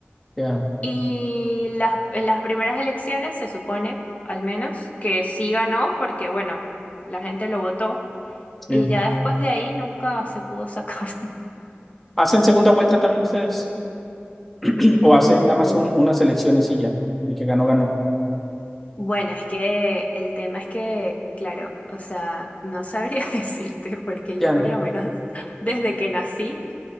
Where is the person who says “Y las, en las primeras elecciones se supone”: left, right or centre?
Left